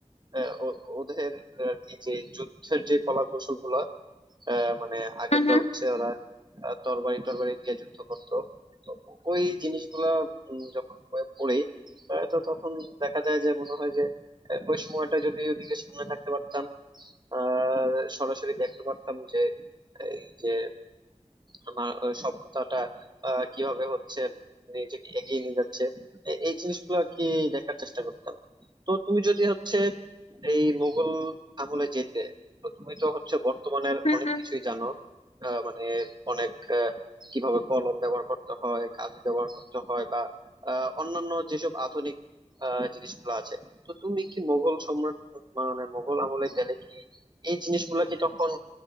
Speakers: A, on the right; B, on the left.
A: আহ, ও- ওদের আর কি যে যুদ্ধের যে কলা কৌশল গুলো আহ, মানে আগে
B: হুম
A: তো
B: হুম
A: হচ্ছে ওরা আহ, তরবারি টরবারি দিয়ে যুদ্ধ করতো তো ওই জিনিসগুলা উম, যখন বইয়ে পড়ি আহ, তো তখন দেখা যায় যে মনে হয় যে আহ, ওই সময়টা যদি ওদিকে সামনে থাকতে পারতাম আহ সরাসরি দেখতে পারতাম যে এই যে আমার ওই সভ্যতাটা আহ, কিভাবে হচ্ছে নিজেকে এগিয়ে নিয়ে যাচ্ছে এ- এই জিনিসগুলো আর কি দেখার চেষ্টা করতাম তো তুমি যদি হচ্ছে এই মুঘল আমলে যেতে তো তুমি তো হচ্ছে বর্তমানের
B: হুম
A: অনেক
B: হুম।
A: কিছুই জানো আহ, মানে অনেক আহ, কিভাবে কলম ব্যবহার করতে হয় কালি ব্যবহার করতে হয় বা আহ, অন্যান্য যেসব আধুনিক আহ, জিনিসগুলো আছে তো তুমি কি মোগল সম্রাট মানে মোগল আমলে গেলে কি এই জিনিসগুলো কি তখন